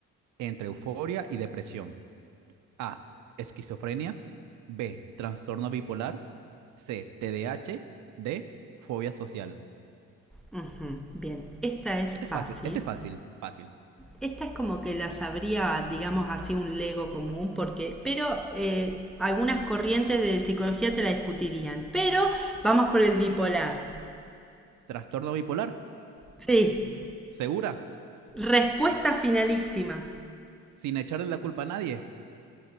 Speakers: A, on the right (about 75°); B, in the centre.
A: entre euforia y depresión? A. Esquizofrenia. B. Trastorno bipolar. C. TDAH. D. A H. D, Fobia social.
B: Ujú, bien, esta es
A: Este
B: fácil.
A: es fácil, este es fácil, fácil.
B: Esta es como que la sabría, digamos así, un lego común, porque, pero eh, algunas corrientes de psicología te la discutirían. Pero vamos por el bipolar.
A: Trastorno bipolar.
B: Sí,
A: Segura.
B: respuesta finalísima.
A: Sin echarle la culpa a nadie.